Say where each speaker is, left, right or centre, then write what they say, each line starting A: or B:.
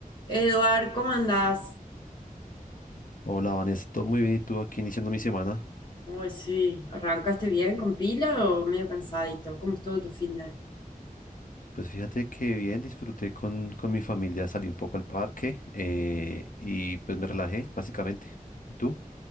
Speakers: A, on the left (about 30°); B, on the left (about 65°).
A: Eduard, ¿cómo andás?
B: Hola, Vanessa, todo muy bien y tú aquí iniciando mi semana.
A: Uy, sí, ¿arrancaste bien con pila o medio cansadito? ¿Cómo estuvo tu fin de?
B: Pues fíjate que bien, disfruté con, con mi familia, salí un poco al parque eh, y pues me relajé, básicamente. ¿Y ¿Tú?